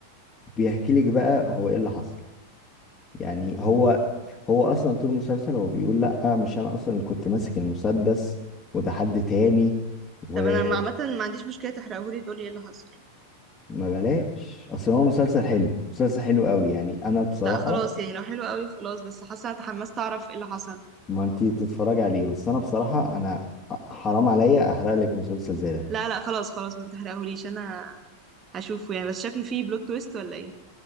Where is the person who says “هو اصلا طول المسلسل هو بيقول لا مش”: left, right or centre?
Left